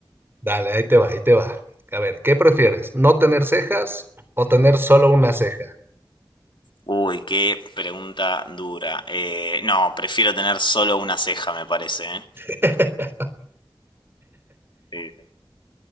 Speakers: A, on the right; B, on the left.
A: dale, ahí te va, ahí te va. A ver, ¿qué prefieres? ¿No tener cejas o tener solo una ceja?
B: Uy, qué pregunta dura. Eh, no, prefiero tener solo una ceja, me parece, ¿eh?
A: <laughs>
B: Sí, sí.